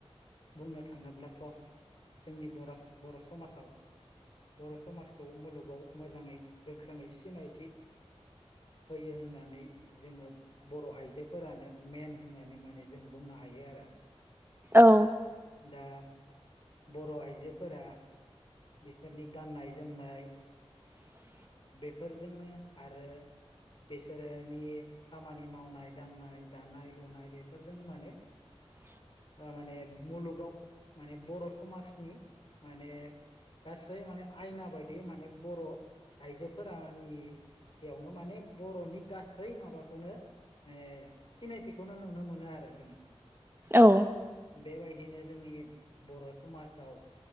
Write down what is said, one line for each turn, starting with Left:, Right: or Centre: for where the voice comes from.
Left: बुंनो थाङोब्लाथ' जोंनि बरस बर' समाजाव। बर' समाजखौ मुलुगाव मोजाङै गोख्रोङै सिनायथि होयो होननानै। जोङो बर' आइजोफोरानो मेन होननानै माने जों बुंनो हायो आरो।
Right: औ।
Left: दा बर' आइजोफोरा बिसोरनि गाननाय जोमनाय।
Right: <unintelligible>
Left: बेफोरजोंनो आरो बिसोरोनि खामानि मावनाय दांनाय दानाय लुनाय बेफोरजों माने
Right: <unintelligible>
Left: ओ माने मुलुगाव माने बर' समाजनि माने। गासै माने आयना बादि माने बर' आइजोफोरानि। बेयावनो माने बर'नि गासै माबाखौनो। ओइ सिनायथिखौनो नुनो मोनो आरो जोङो।
Right: औ
Left: बेबायदिनो जोंनि बर' समाजाव